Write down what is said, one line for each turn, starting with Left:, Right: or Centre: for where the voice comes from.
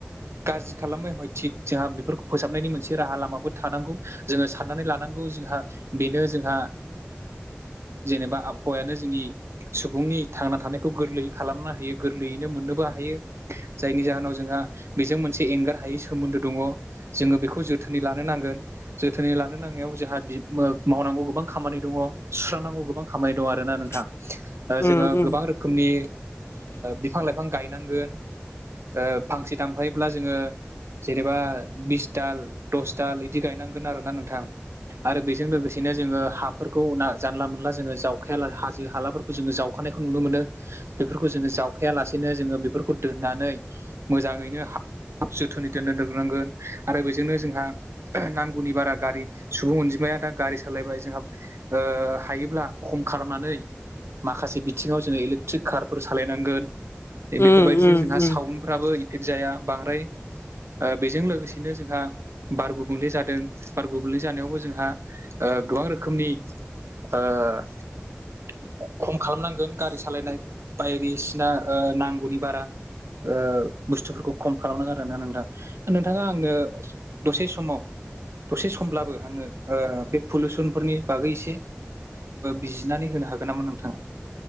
Right: गाज्रि खालामबाय हय थिग जोंहा बेफोरखौ फोसाबनायनि मोनसे राहा लामाबो थानांगौ। जोङो साननानै लानांगौ जोंहा बेनो जोंहा जेनेबा आबहावायानो जोंनि सुबुंनि थांना थानायखौ गोरलै। खालामनो हायो गोरलैयैनो मोननोबो हायो। जायनि जाहोनाव जोंहा बेजों मोनसे एंगार हायै सोमोन्दो दङ जोङो बेखौ जोथोनै लानो नांगोन। जोथोनै लानो नांनायाव जोंहा बि मावनांगौ गोबां खामानि दङ सुस्रांनांगौ गोबां खामानि दङ आरोना नोंथां।
Left: <inaudible>
Right: जोङो
Left: उम
Right: गोबां रोखोमनि बिफां लाइफां गायनांगोन फांसे दानफायोब्ला जोङो जेनेबा बिसदाल दसदाल बिदि गायनांगोन आरोना नोंथां आरो बेजों लोगोसेनो जोङो हाफोरखौ ना जानला मानला जोङो जावखाया हाजो हालाफोरखौ जोङो जावखानायखौ नुनो मोनो बेफोरखौ जोङो जावखाया लासेनो जोङो बेफोरखौ दोननानै मोजाङैनो <unintelligible> जोथोनै दोननो रोंनांगोन आरो बेजोंनो जोंहा नांगौनि बारा गारि सुबुं अनजिमाया दा गारि सालायबाय जोंहा ओ हायोब्ला खम खालामनानै माखासे बिथिङाव जोङो इलेकट्रिक कार फोर सालायनांगोन
Left: उम
Right: बेफोरबायदिजों
Left: उम
Right: जोंहा
Left: उम
Right: साउन्डफ्राबो इफेक्ट जाया बांद्राय बेजों लोगोसेनो जोंहा बार गुबुंले जादों बार गुबुंले जानायावबो जोंहा ओ गोबां रोखोमनि ओ खम खालामनांगोन गारि सालायनाय बायदिसिना नांगौनि बारा ओ बुस्थुफोरखौ खम खालामनांगो आरोना नोंथां नोंथाङा आंनो दसे समाव दसे समब्लाबो आङो बे पलुसनफोरनि बागै एसे बिजिरनानै होनो हागोन नामा नोंथाङा